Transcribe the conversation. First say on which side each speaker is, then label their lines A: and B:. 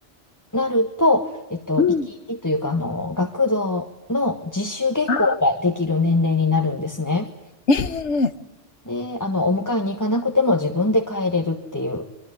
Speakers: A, on the left; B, on the left.
A: なると、えっと、
B: うん、
A: 生き生きというか、あの、学童の自主下校ができる年齢になるんですね。
B: ああ、ええ、ええ、
A: で、であの、お迎えに行かなくても自分で帰れるっていう。